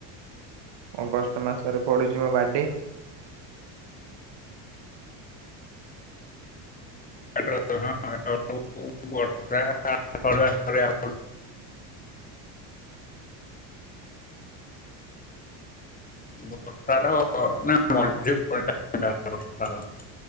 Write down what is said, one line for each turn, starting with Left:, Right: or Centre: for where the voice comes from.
Right: ଅଗଷ୍ଟ ମାସରେ ପଡୁଛି ମୋ ବାର୍ଥଡେ
Left: ହାଟ ହଁ ହାଟ <inaudible> <unintelligible>